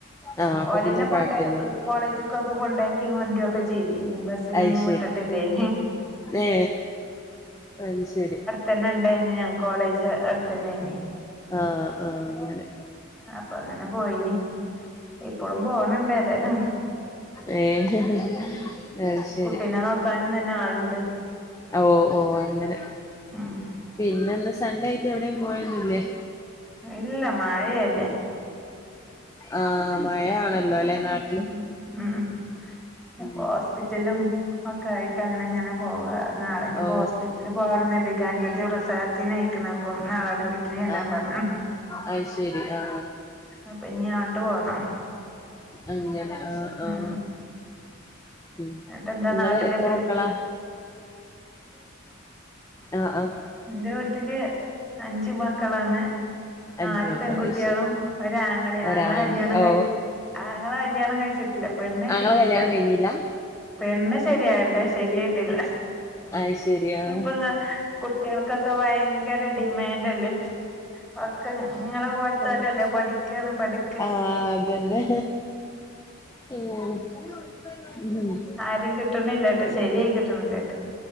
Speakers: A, on the left; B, in the centre.
A: ആ അപ്പൊ
B: ഓലന്നെ
A: പിന്നെ
B: കൊണ്ട
A: കൊഴപ്പില്ലല്ലോ
B: കോളേജിൽ കൊണ്ടാക്കി കൊണ്ടര് ഒക്കെ ബസിനൊന്നും
A: അത് ശരി
B: വിടതില്ലേയ്
A: ഏ അത് ശരി
B: തന്നെ ഉണ്ടന് കോളേജ് അടുത്തന്നെയിനി
A: ആഹ് ആഹ് അങ്ങനെ
B: അപ്പൊ അങ്ങനെ പോയിന് ഇപ്പോഴും പോണിണ്ട് ഏതായാലും
A: ഏഹ് അ ശരി
B: കുട്ടീനെ നോക്കാനും തന്നെ ആളുണ്ട്
A: ഓഹ് ഓഹ് അങ്ങനെ
B: ഉം
A: പിന്നെന്ന് സണ്ടേ ആയിട്ട് എവിടെയും പോയന്നില്ലേ
B: ഇല്ല മഴയല്ലേ
A: ആഹ് മഴയാണല്ലോ ല്ലെ നാട്ട
B: ഉമ് ഉ മ് അപ്പ
A: ഉം
B: ഹോസ്പിറ്റലും ഒക്കെ ആയിട്ട് അങ്ങനെ ങ്ങനെ പോവുക നാളെ ഇനി ഇപ്പോ
A: ഓ
B: ഹോസ്പിറ്റലിൽ പോണം <unintelligible> അഞ്ചത്തി പ്രസവത്തിനായ്ക്ണ് അപ്പം നാളെ അടിമിറ്റിന് ചെല്ലാൻ
A: ആ
B: പറഞ്ഞാണ്
A: അത് ശരി ആ
B: അപ്പൊ ഞ്ഞി ആട്ട് പോണം
A: അങ്ങനെ ആഹ് ആഹ്
B: ഉം
A: ഉമ്
B: എന്നിട്ട് എന്താ
A: നിങ്ങള്
B: നാട്ടിലേക്ക്
A: എത്ര മക്കളാ ആഹ് ആഹ്
B: ന്റെ വീട്ടില് അഞ്ചു മക്കളാണ് നാല്
A: അഞ്ച് മക്കള
B: പെൺകുട്ട്യേളും
A: അത് ശരി
B: ഒരാങ്ങളെ
A: ഒരാണ്
B: ആങ്ങളെ കല്യാണം
A: ഓ
B: കഴ ആങ്ങള കല്യാണം കഴിച്ചിട്ടില്ല പെണ്ണു കെട്ടീട്ടില്ല
A: ആങ്ങളെ കല്യാണം കഴിഞ്ഞില്ല
B: പെണ്ണ് ശരിയായ്ണ്ട് ശരിയായിട്ടില്ല
A: അത് ശരി ആ
B: ഇപ്പൊ കുട്ടികൾക്കൊക്കെ ഭയങ്കര ഡിമാൻഡല്ലേ ഒക്കെ നിങ്ങളെ പോലത്തന്നല്ലേ
A: ആ
B: പഠിക്കാണ് പടി
A: ആഹ് അതന്നെ ഹ്മ്മ്
B: ആരിം കിട്ടണില്ലട്ട് ശരിയായി കിട്ടണില്ലട്ട്.